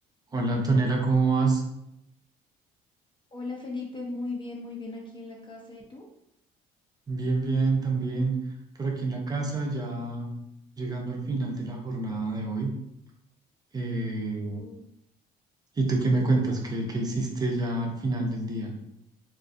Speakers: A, on the right; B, on the left.
A: Hola Antonella, ¿cómo vas?
B: Hola Felipe, muy bien, muy bien aquí en la casa. ¿Y tú?
A: Bien, bien, también por aquí en la casa, ya llegando al final de la jornada de hoy. Eh,
B: Mm,
A: ¿y tú qué me cuentas? ¿Qué, qué hiciste ya al final del día?